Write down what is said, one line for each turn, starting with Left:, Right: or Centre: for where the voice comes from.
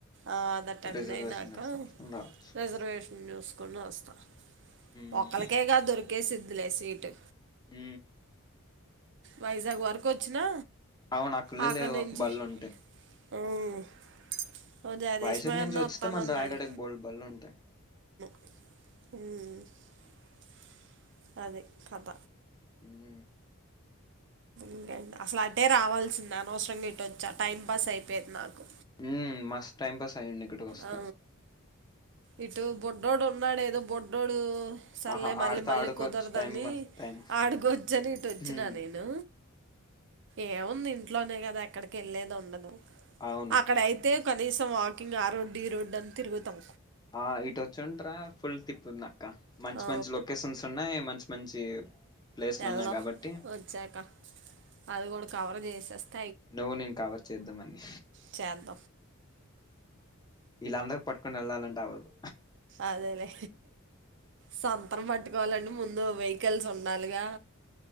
Right: ఆ అది అటెన్
Left: రిజర్వేషన్
Right: అయినాక
Left: కట్టించుకుని రావచ్చు
Right: రిజర్వేషన్ మ్ చూసుకొని వస్తా.
Left: ఉమ్
Right: ఒకలికేగా దొరికేసిద్ దిలే సీటు.
Left: మ్
Right: వైజాగ్ వరకు వచ్చినా,
Left: అవును. అక్కళ
Right: అక్కడి
Left: లేవు
Right: నుంచి
Left: ఒక బళ్ళుంటే.
Right: "ఉమ్, ఓ జగదీశ్మా
Left: వయజాగ్ నుంచి
Right: అన్న
Left: వచ్చేతే
Right: వస్తానన్నాడు
Left: మన రాయగడకి బోలెడ్ బల్లుంటాయి.
Right: మ్ అది కథ.
Left: మ్
Right: ఇంకేంటి, అసలు అటే రావాల్సింది. అనవసరంగా ఇట్టొచ్చా. టైం పాస్ అయిపోయేది నాకు.
Left: మ్. మస్త్ టైమ్ పాస్. తయిండు. ఇక్కడికి ఒస్తే
Right: ఆ, ఇటు బుడ్డోడున్నాడు ఏదో బొడ్డోడు. సల్లే
Left: ఆహా
Right: మళ్ళీ
Left: ఆడితే
Right: మళ్ళీ
Left: ఆడుకోవచ్చు
Right: కుదరదని
Left: టైం పాస్ టైం
Right: ఆడుకోవచ్చ అని ఇటు వచ్చినా
Left: ఉమ్
Right: నేను ఏముంది ఇంట్లోనే కదా ఎక్కడికి వెళ్ళలేది ఉండదు
Left: అవును
Right: అక్కడయితే కనీసం వాకింగ్ ఆరోగ్య డి రోడ్ అని తిరుగుతాం
Left: ఆ ఇటు వచ్చింటరా ఫుల్ తిప్పుంది అక్క మంచి
Right: ఆ
Left: మంచి లొకేషన్స్ ఉన్నాయి మంచి మంచి ప్లేస్లు
Right: వెల్లం
Left: ఉన్నాయి కాబట్టి
Right: వచ్చక అది కూడా కవర్ చేసేస్త
Left: నువ్వు నేను కవర్ చేద్దామ అని
Right: చద
Left: అందరుూ పట్టుకుని వెళ్ళాలంటేవ్వదు
Right: అదేలే స్ొంతం పటి కావాలం ముందు ఎందుో వెహికల్స్ ఉండాలిగా